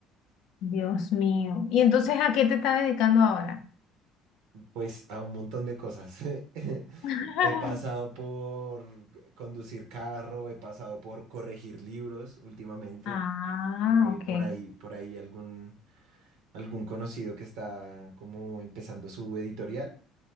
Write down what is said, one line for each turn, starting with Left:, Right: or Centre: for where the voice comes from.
Left: Dios mío. ¿Y entonces a qué te estás dedicando ahora?
Right: Pues a un montón de cosas. <laughs>
Left: <laughs>
Right: He pasado por conducir carro, he pasado por corregir libros últimamente.
Left: Ah,
Right: eh,
Left: ok.
Right: por ahí, por ahí algún, algún conocido que está como empezando su editorial,